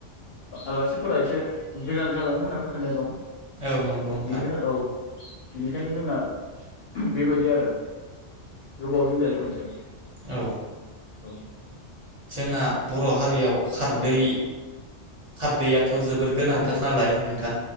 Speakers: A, on the left; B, on the right.
A: आलासिफोरा एसे गोजान जालाङो होनना फोथायनाय दं।
B: औ नंगौ नोंथां
A: बिनिखायनो औ बेखायनो जोंना बेबायदि आरो गोबावजों जायो खनसे।
B: औ
A: औ
B: जोंना बर' हारि ख्रियाव खारदै
A: औ
B: खारदैयाथ जोबोद गोनांथार
A: औ
B: नालाय नोंथां